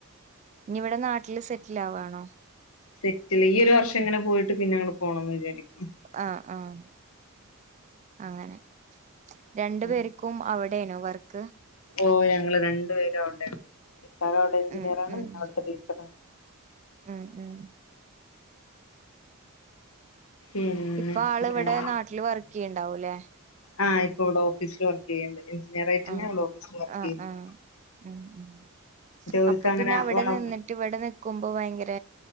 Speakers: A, on the right; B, on the left.
A: ഇനി ഇവടെ നാട്ടില് സെറ്റിലാവാണോ
B: സെറ്റില് ഈ ഒരു വർഷം ഇങ്ങനെ പോയിട്ട് പിന്നെ ഞങ്ങള് പോണന്ന് വിചാരിക്കുന്നു
A: ആഹ് ആഹ് അങ്ങനെ രണ്ടു
B: ഉം
A: പേര്ക്കും അവിടെനു വർക്ക്
B: ഓ ഞങ്ങള് രണ്ടു പേരും അവിടെ ഇക്കാ അവിടെ എഞ്ചിനീയറാണ്
A: ഉം ഉം
B: ഞാൻ അവിടത്തെ ടീച്ചറണ്
A: ഉം ഉം
B: ഉം
A: ഇപ്പൊ ആള്
B: അങ്ങനേണ്
A: ഇവിടെ നാട്ടില് വർക്ക് ചെയ്യണ്ടാവൂല്ലേ
B: ആഹ് ഇപ്പ ഇവിടെഓഫീസില് വർക്ക് ചെയ്യ്ണ്ട് എഞ്ചിനിയറായിട്ടന്നെ
A: ആഹ്
B: ഓഫീസില് വർക്ക്
A: ആഹ്
B: ചെയുന്നുണ്ട്
A: ആഹ് ഉം ഉം
B: ഓര്ക്ക്
A: അപ്പ
B: അങ്ങനെ
A: പിന്നെ അവടെ നിന്നിട്ട് ഇവിടെ നിക്കുമ്പോ ഭയങ്കര